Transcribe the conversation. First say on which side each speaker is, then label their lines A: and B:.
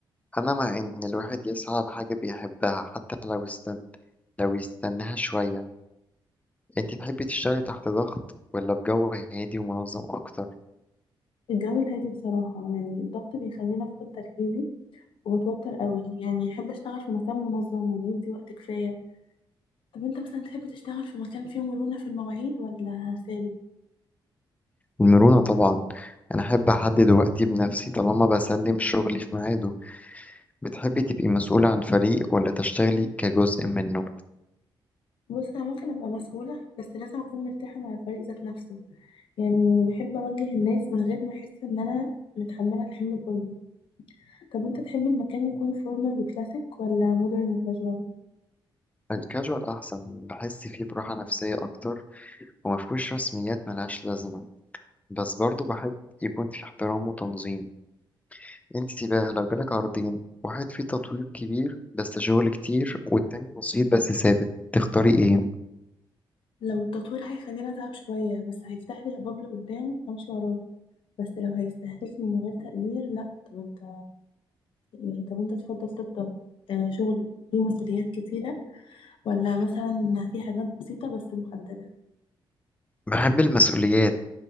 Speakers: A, on the left; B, on the left.
A: أنا مع إن الواحد يسعى لحاجة بيحبها حتى لو استن... لو يستناها شوية أنت تحبي تشتغلي تحت ضغط ولا بجو هادي ومنظم أكتر؟
B: الجو الهادي بصراحة يعني الضغط بيخليني أفقد تركيزي وبتوتر قوي يعني أحب أشتغل في مكان منظم وبيدي وقت كفاية طب انت مثلا تحب تشتغل في مكان فيه مرونة في المواعيد ولا ثابت
A: المرونة طبعا أنا أحب أحدد وقتي بنفسي طالما بسلم شغلي في ميعاده بتحبي تبقي مسؤولة عن فريق ولا تشتغلي كجزء منه؟
B: بص انا ممكن ابقى مسؤولة بس لازم اكون مرتاحة مع الفريق ذات نفسه يعني بحب اوجه الناس من غير ما احس ان انا متحملة الحمل كله طب انت تحب المكان يكون فورمال وكلاسيك ولا مودرن وكاجوال
A: الكاجوال أحسن بحس فيه براحة نفسية أكتر ومفهوش رسميات ملهاش لازمة بس برضو بحب يكون في احترام وتنظيم انت بقى لو جالك عرضين واحد فيه تطوير كبير بس شغل كتير والتاني بسيط بس ثابت تختاري ايه
B: لو التطوير هيخليني اتعب شوية بس هيفتح لي ابواب لقدام همشي وراه بس لو هيستهلكني من غير تقدير لا طب انت يعني طب انت تفضل تفضل آه، شغل فيه مسؤوليات كتيرة ولا مثلا في حاجات بسيطة بس محددة
A: بحب المسؤوليات